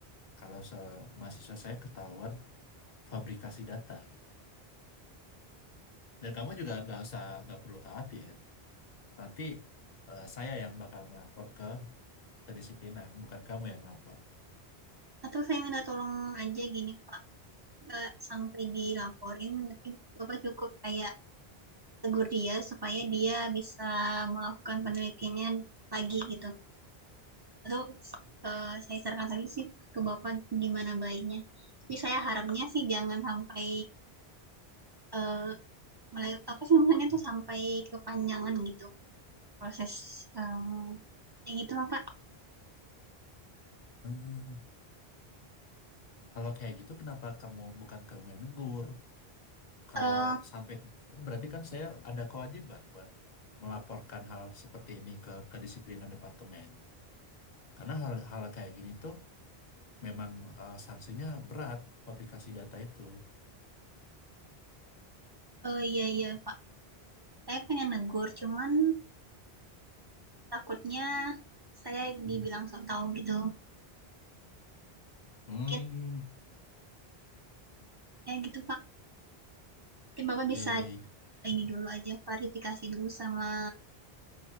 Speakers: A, on the left; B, on the right.
A: kalau se mahasiswa saya ketahuan fabrikasi data gitu. Dan kamu juga nggak usah nggak perlu khawatir. Nanti eh, saya yang bakal ngelapor ke kedisiplinan, bukan kamu yang ngelapor.
B: Atau saya minta tolong aja gini Pak. Nggak sampai dilaporin. Tapi Bapak cukup kayak tegur dia supaya dia bisa melakukan penelitiannya lagi gitu. Atau eh, saya sarankan tadi sih ke Bapak gimana baiknya. Tapi saya harapnya sih jangan sampai eh, mulai apa sih namanya tuh sampai kepanjangan gitu. proses em, ya gitu lah Pak
A: Hmm. Kalau kayak gitu, kenapa kamu bukan kamu yang negur? Kalau
B: eh
A: sampai berarti kan saya ada kewajiban buat melaporkan hal seperti ini ke kedisiplinan departemen. Karena hal-hal kayak gini tuh memang eh, sanksinya berat fabrikasi data itu.
B: eh, iya iya Pak saya pengen negur cuman takutnya saya dibilang sok tahu gitu
A: Hmm.
B: mungkin ya gitu Pak mungkin Bapak
A: Ya,
B: bisa
A: ya, ya.
B: ini dulu aja klarifikasi dulu sama